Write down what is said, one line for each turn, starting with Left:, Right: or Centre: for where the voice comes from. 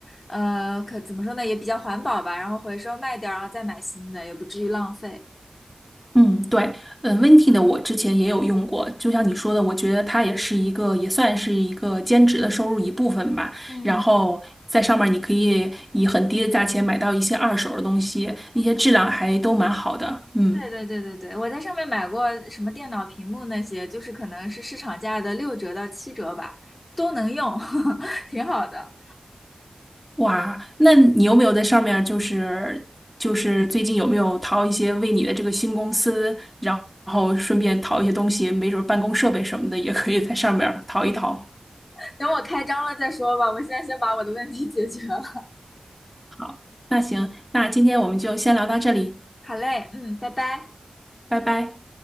Left: 呃，可怎么说呢，也比较环保吧，然后回收卖掉，然后再买新的，也不至于浪费。
Centre: 嗯，对，嗯，Venti 的我之前也有用过，就像你说的，我觉得它也是一个，也算是一个兼职的收入一部分吧。
Left: 嗯，
Centre: 然后在上面儿你可以以很低的价钱买到一些二手的东西，那些质量还都蛮好的。嗯，
Left: 对对对对对，我在上面买过什么电脑屏幕那些，就是可能是市场价的六折到七折吧，都能用，<laughs> 挺好的。
Centre: 哇，那你有没有在上面儿就是就是最近有没有淘一些为你的这个新公司，然后顺便淘一些东西，没准儿办公设备什么的也可以在上面儿淘一淘。
Left: 等我开张了再说吧，我现在先把我的问题解决了。
Centre: 好，那行，那今天我们就先聊到这里，
Left: 好嘞，嗯，拜拜。
Centre: 拜拜。